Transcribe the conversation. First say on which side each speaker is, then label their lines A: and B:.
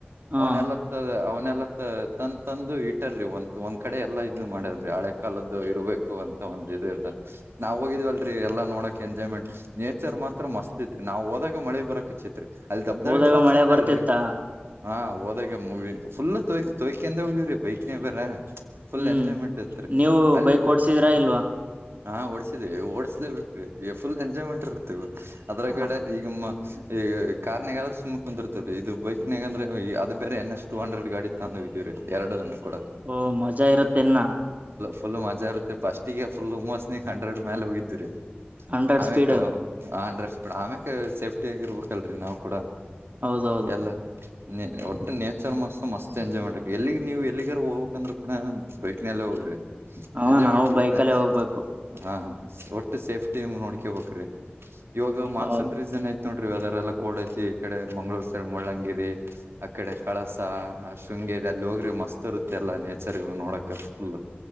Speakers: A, on the right; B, on the right.
A: ಹಾ
B: ಅವನ್ ಎಲ್ಲ ಅವ ಲ್ಲಾ ತಂದ ತಂದು ಇಟ್ಟರ್ರಿ ಒಂತ ಒಂದ್ ಕಡೆ ಎಲ್ಲಾ ಇದ ಮಾಡ್ಯಾರ್ರಿ ಹಳೆ ಕಾಲದ್ದು ಇರಬೇಕು ಅಂತ ಒ ಇ ಇರ್ತ ನಾವು ಹೋಗಿದ್ವ ಎಲ್ಲ ನೋಡಕ್ ಎಂಜಾಯ್ಮೆಂಟ್ ನೇಚರ್ ಮಾತ್ರ ಮಸ್ತ್ ತ್ರಿ ನಾ ಹೋದಾಗ ಮಳಿ ಬರಕ್ ಚಿತ್ ರಿ ಅಲ್ಲಿ ದಬ್ದಾಬಿ
A: ಹೋದಾಗ
B: ಫಾಲ್ಸ್
A: ಮಳೆ
B: ಅಂದ
A: ಬರ್ತಿತ್ತಾ
B: ಅಲ್ರಿ ಹಾ ಹೋದಾಗ ಮೂಗವಿ ಫುಲ್ ತೋಯ ತೋಯಕಂದ ಹೋಗಿವವ್ರಿ ಬೈಕ್ನ ಬ್ರ ಫುಲ್
A: ಹ್ಮ್
B: ಎಂಜಾಯ್ಮೆಂಟ್ ಇತ್ರಿ
A: ನೀವು
B: ಅಲ್ಲಿ
A: ಬೈಕ್ ಓಡ್ಸಿದ್ರಾ ಇಲ್ವಾ
B: ಹಾ ಓಡ್ಸಿದೆ ಓಡಿಸಲೇಬೇಕೇಕ್ರೀ ಫುಲ್ ಎಂಜಾಯ್ಮೆಂಟ್ ಇರುತ್ತೆವ ಅದ್ರಗಡೆ
A: ಹ
B: ಈಗಮ್ಮ ಈ ಕಾರ್ನ್ಗಾದ್ರೆ ಸುಮ್ಮ್ ಕುಂತಿರ್ತದೆ ಇದು ಬೈಕ್ಗಂದ್ರೆ ಅದ ಬೇರೆ ಎನ್ ಎಸ್ ಟು ಹಂಡ್ರೆಡ್ ಗಾಡಿ ಇತ್ತ ಅಂದ ಎರಡನ್ನು ಕೂಡಲ
A: ಓ ಮಜಾ ಇರುತ್ತೆ ಇನ್ನ
B: ಫುಲ್ ಮಜಾ ಇರುತ್ತೆಫಸ್ ಫುಲ್ ಮೋಸ್ನ ಹಂಡ್ರೆಡ್ ಮೇಲೆ ಹೋಗಿದ್ರರಿ
A: ಹಂಡ್ರೆಡ್
B: ಆಮ್ಯಕ್
A: ಸ್ಪೀಡ್
B: ಆಂಡ್ರಡ ಆಮ್ಯಕ್ ಸೇಫ್ಟಿ ಆಗಿ ಇರ್ಬೇಕಲ್ರರಿ ನಾವವು ಕೂಡ
A: ಹೌದೌದು
B: ಎಲ್ಲ ಒಟ್ಟು ನೇಚರ್ ಮಸ್ತ್ ಮಸ್ತ್ ಎಂಜಾಯ್ ಮಾಡಂ ಎಲ್ಲಿ ನೀವ್ ಎಲ್ಲಿಗಾರು ಹೋಗಕ್ಂದ್ರ ಕೂಡ ಬೈಕನಲ್ಲ ಹೋಗ್ರಿ
A: ಹ
B: ಎಂಜಾಯ್
A: ನಾವು
B: ಮಾಡ
A: ಬೈಕಲ್ಲೇ ಹೋಗ್ಬೇಕು
B: ಹಾ ಒಟ್ಟು ಸೇಫ್ಟಿ ನೋಡ್ಕೋಬೇಕ್ರೀ ಇವಾಗ ಮಾನ್ಸೂನ್
A: ಹೌದು
B: ರೀಸನ್ ಐತ್ ನೋಡ್ರಿ ವದರ್ ಎಲ್ಲ ಕೋಡ್ ಐತಿ ಈ ಕಡೆ ಮಂಗಗಳೂರ್ ಸೈಡ್ ಮುಳ್ಳಂಗಿರಿ ಆ ಕಡೆ ಕಳಸಾ ಶಂಗ ಹಂಗರಿ ಅಲ್ಲಿ ಹೋಗ್ರಿ ಮಸ್ತ್ ಇರುತ್ತೆ ಅಲ್ಲ ನೇಚರ್ ಇ ನೋಡಕಕ್ ಫುಲ್